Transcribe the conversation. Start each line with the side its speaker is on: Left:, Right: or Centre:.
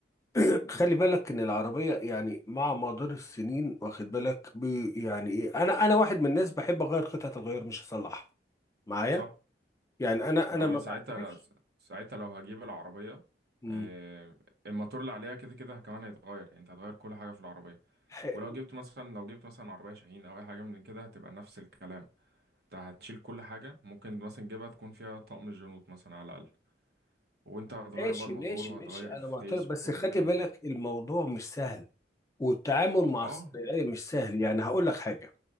Left: <clears throat> خلي بالك ان العربيه يعني مع مدار السنين واخد بالك بي يعني ايه انا انا واحد من الناس بحب اغير قطعه الغيار مش اصلحها معايا
Right: صح
Left: يعني انا
Right: ما
Left: انا ما
Right: انا ساعتها
Left: بعترفش
Right: لا س- ساعتها لو هجيب العربيه
Left: مم.
Right: آه، الموتور اللي عليها كده كده كمان هيتغير يعني انت هتغير كل حاجه في العربيه
Left: حلو
Right: ولو جبت مثلا لو جبت مثلا عربيه شاهين او اي حاجه من كده هتبقى نفس الكلام انت هتشيل كل حاجه ممكن مثلا تجيبها تكون فيها طقم الجنوط مثلا على الاقل وانت هتغير
Left: ماشي
Right: بقى الموتور
Left: ماشي
Right: وهتغير
Left: ماشي انا
Right: الفتيس
Left: معترف بس
Right: وكل
Left: خلي
Right: الكلام
Left: بالك
Right: ده
Left: الموضوع مش سهل والتعامل مع
Right: اه
Left: الصناعيه مش سهل يعني هقول لك حاجه